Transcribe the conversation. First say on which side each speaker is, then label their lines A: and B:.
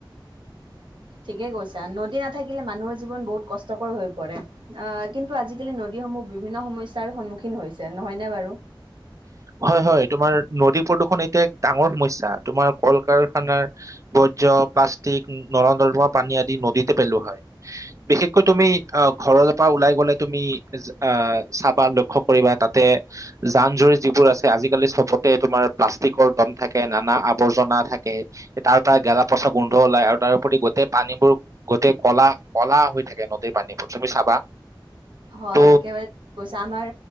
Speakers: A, on the right (about 70°); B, on the right (about 40°).
A: ঠিকেই কৈছা নদী নাথাকিলে মানুহৰ জীৱন বহুত কষ্টকৰ হৈ পৰে। আহ কিন্তু আজি কালি নদীসমূহ বিভিন্ন সমস্যাৰ সন্মুখীন হৈছে নহয়নে বাৰু।
B: হয় হয় তোমাৰ নদী প্ৰদূষণ এতিয়া এক ডাঙৰ সমস্যা। তোমাৰ কল কাৰখানাৰ বৰ্জ্য প্লাষ্টিক নৰদম্ পানী আদি নদীতে পেলোৱা হয়। বিশেষকৈ তুমি আহ ঘৰৰ পৰা ওলাই গলে তুমি আহ চাবা লক্ষ্য কৰিবা তাতে যান জুৰি যিবোৰ আছে আজিকালি চবতে তোমাৰ প্লাষ্টিকৰ দম থাকে। নানা আৱৰ্জনা থাকে তাৰ পৰা গেলা পচা গোন্ধ ওলাই আৰু তাৰপৰি গোটেই পানীবোৰ গোটেই কলা কলা হৈ থাকে নদীৰ পানীবোৰ তুমি চাবা।
A: হয়
B: ত'
A: একেবাৰে কৈছা। আমাৰ